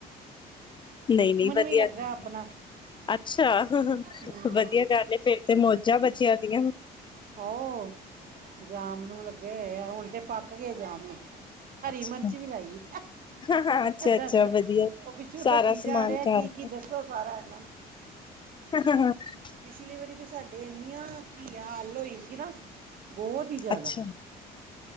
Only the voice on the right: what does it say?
ਵੀ ਲੱਗਾ
ਆਪਣਾ
ਹੂੰ
ਓਹ ਜਾਮਨੂੰ ਲੱਗੇ ਹੋਏ ਐ ਹੁਣ ਜੇ ਪਾਕ ਗਏ ਜਾਮਨੂੰ। ਹਰੀ
ਮਰਚ ਵੀ ਲਾਈ ਏ।
ਏਹ ਦੱਸਦਾ,
ਉਹ ਪਿੱਛੋਂ
ਦਸੀ ਜਾ
ਰੇਆ
ਕੀ-ਕੀ ਦੱਸੋ ਸਾਰਾ ਏਹਨਾਂ ਨੂੰ।
ਪਿਛਲੀ ਵਾਰੀ ਤੇ ਸਾਡੇ ਏਨੀਆਂ ਘੀਆ ਅੱਲ ਹੋਈ ਸੀ ਨਾ, ਬੋਹਤ ਈ ਜਾਦਾ।